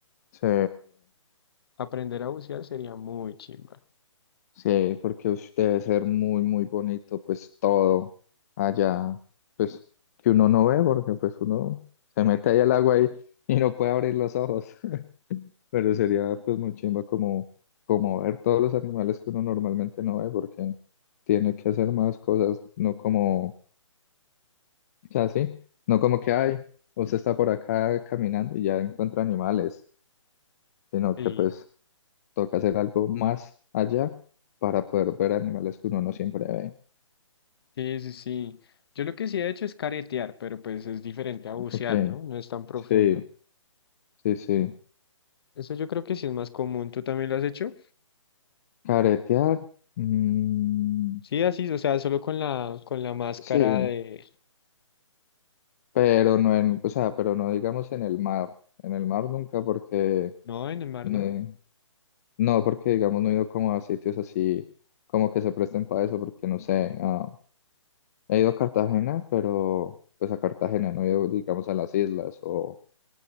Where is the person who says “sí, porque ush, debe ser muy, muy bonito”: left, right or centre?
Left